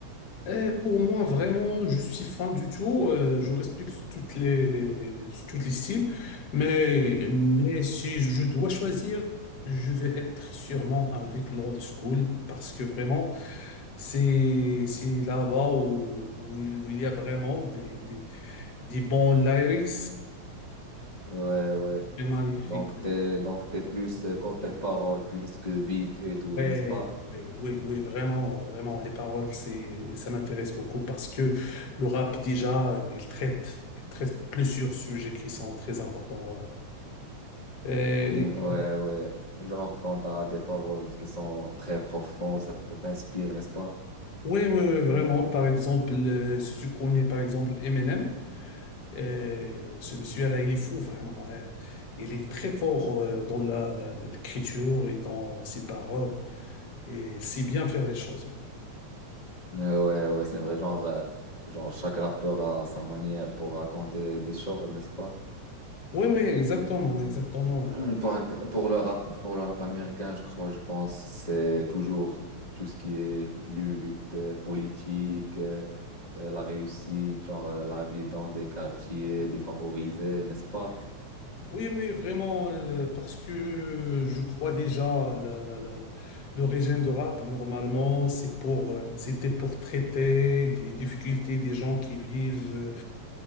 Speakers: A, on the left; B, on the left.
A: euh, pour moi, vraiment, je suis fan du tout. Euh, je respecte toutes les, les, les, les- toutes les styles. Mais, mais si je dois choisir, je vais être sûrement avec l'old school parce que vraiment, c'est, c'est là-bas où, où il y a vraiment des, des, des bons lyrics.
B: Ouais, ouais.
A: C'est magnifique.
B: Donc, t'es, donc t'es plus euh, côté paroles, plus que beat et tout,
A: Ouais,
B: n'est-ce pas?
A: oui, oui, oui, vraiment, euh, vraiment, les paroles, c'est, ça m'intéresse beaucoup parce que le rap, déjà, il traite, il traite plusieurs sujets qui sont très importants. Euh, et-
B: Mm, Ouais, ouais. Genre, quand t'as des paroles qui sont très profondes, ça t'inspire, n'est-ce pas?
A: oui, oui, oui, vraiment. Par exemple, euh, si tu connais, par exemple, Eminem, euh, ce monsieur-là, il est fou, vraiment. ouais. Il est très fort, euh, dans la, la- l'écriture et dans ses paroles et il sait bien faire les choses. hein.
B: Euh, Ouais, ouais, c'est vrai, genre, euh, genre chaque rappeur a sa manière pour raconter des choses, n'est-ce pas?
A: Oui, oui, exactement, exactement. euh,
B: Hum, Par- pour le rap, pour le rap américain, je crois, je pense, c'est toujours tout ce qui est lutte, euh, politique, euh, euh, la réussite, genre euh, la vie dans des quartiers défavorisés, n'est-ce pas?
A: Oui, oui, vraiment, euh, parce que je crois déjà la, la, la, la- l'origine de rap, normalement, c'est pour, euh, c'était pour traiter des difficultés des gens qui vivent euh,